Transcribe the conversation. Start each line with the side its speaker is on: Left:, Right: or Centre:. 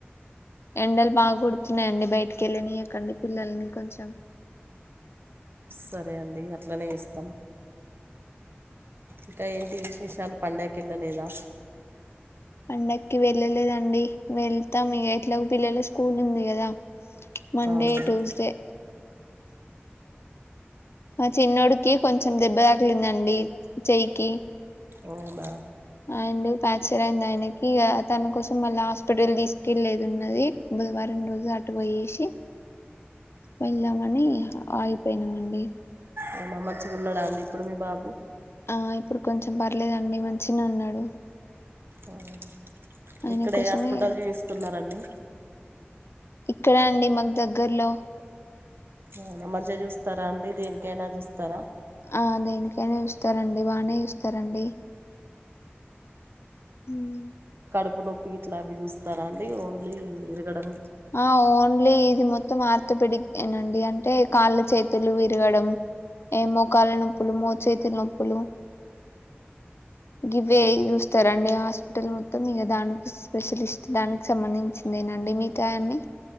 Left: ఎండలు బాగా కుడుతున్నాయండి బయటికి వెళ్ళినీయకండి పిల్లల్ని కొంచెం
Right: సరే అండి అట్లనే ఇస్తం ఇంకా ఏంటి విశేషాలు పండగకి వెళ్ళలేదా?
Left: పండక్కి వెళ్ళలేదండి వెళ్తాం ఇగ ఎట్లాగో పిల్లల స్కూల్ ఉంది కదా మండే
Right: అవునవును
Left: ట్యూస్డే మా చిన్నోడికి కొంచెం దెబ్బ తగిలిందండి చెయ్యికి
Right: అవునా
Left: అండ్ ఫ్యాక్చర్ అయింది ఆయనకి తన కోసం మళ్ళా హాస్పిటల్ తీసుకెళ్లేదున్నది బుధవారం రోజు అటు పోయేసి వెళ్దామని ఆగిపోయినామండి.
Right: ఔనా మంచిగున్నడా అండి ఇప్పుడు మీ బాబు
Left: ఆ ఇప్పుడు కొంచెం పర్లేదండి మంచిగనే ఉన్నాడు
Right: ఉమ్
Left: ఆయన
Right: ఇక్కడ
Left: కోసమే
Right: ఏ హాస్పిటల్ చీవిస్తున్నారండి
Left: ఇక్కడే అండి మాకు దగ్గర్లో
Right: అవునా మంచిగ చూస్తారా అండి దేనికైనా చూస్తారా
Left: ఆ దేనికైనే చూస్తారండి బానే చూస్తారండి ఉమ్
Right: కడుపు నొప్పి ఇట్లా అవి చూస్తారా అండి ఓన్లీ విరగడం
Left: ఆ ఓన్లీ ఇది మొత్తం ఆర్థోపెడిక్ ఏనండి అంటే కాళ్ళు చేతులు విరగడం ఏ మోకాళ్ళ నొప్పులు మోచేతి నొప్పులు గివే చూస్తారండి హాస్పిటల్ మొత్తం ఇక దానికి స్పెషలిస్ట్ దానికి సంబంధించిందేనండి మీ తాన్ని